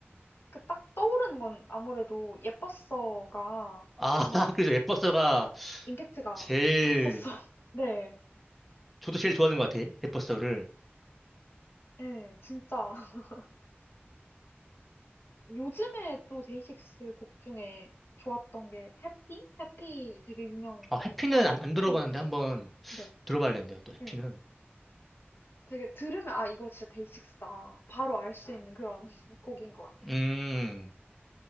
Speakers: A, on the left; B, in the centre.
A: 그 딱 떠오르는 건 아무래도 예뻤어가
B: 아,
A: 워낙
B: <laughs> 그래서 에버서가
A: 임팩트가
B: 제일,
A: 컸었어. <laughs> 네.
B: 저도 제일 좋아하는 것 같아요. 에버서를.
A: 예. 진짜 <laughs> 요즘에 또 데이식스 곡 중에 좋았던 게 해피? 해피 되게 유명하고
B: 아, 해피는 안, 안 들어봤는데
A: 또
B: 한번
A: 네.
B: 들어봐야겠는데요, 또 해피는.
A: 예. 되게 들으면 '아 이거 진짜 데이식스다.' 바로 알 수 있는 그런 <laughs> 곡인 것 같아요.
B: 음,